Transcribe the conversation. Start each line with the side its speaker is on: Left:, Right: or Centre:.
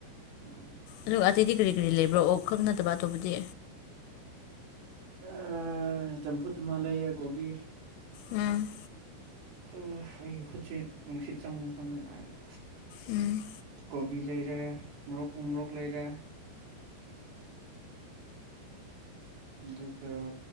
Right: ꯎꯝ
Left: ꯑꯗꯨꯒ ꯑꯇꯩꯗꯤ ꯀꯔꯤ ꯀꯔꯤ ꯂꯩꯕ꯭ꯔꯣ ꯑꯣꯛ ꯈꯛ ꯅꯠꯇꯕ ꯑꯇꯣꯞꯄꯗꯤ
Right: ꯑꯥ ꯆꯝꯐꯨꯠ ꯑꯃ ꯂꯩꯌꯦ ꯀꯣꯕꯤ
Left: ꯎꯝ
Right: ꯎꯝ ꯑꯩꯒꯤ ꯈꯨꯠꯁ‌ꯦ ꯅꯨꯡꯁꯤꯠ ꯆꯪꯕ ꯈꯪꯗ‌ꯦ ꯅꯥꯏꯌ‌ꯦ
Left: ꯎꯝ
Right: ꯀꯣꯕꯤ ꯂꯩꯔꯦ ꯃꯣꯔꯣꯛ ꯎꯃꫭꯔꯣꯛ ꯂꯩꯔꯦ ꯑꯗꯨꯒ